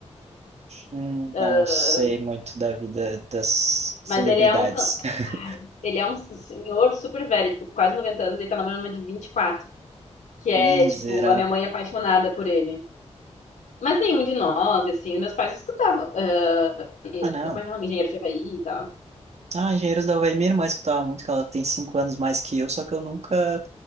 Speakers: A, on the right (about 65°); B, on the left (about 85°).
A: Hum,
B: Ah,
A: Não sei muito da vida das celebridades.
B: Mas ele é um. can-
A: <laughs>
B: Ai, ele é um senhor super velho, tipo, quase 90 anos, ele tá namorando uma de vinte e quatro Que é,
A: Miserável.
B: tipo, a minha mãe é apaixonada por ele. Mas nenhum de nós, assim, meus pais escutavam. ah, e-
A: Ah, não.
B: como é que é o nome? Engenheiro de Havaí e tal.
A: Ah, Engenheiros do Havaí, minha irmã escutava muito, que ela tem cinco anos mais que eu, só que eu nunca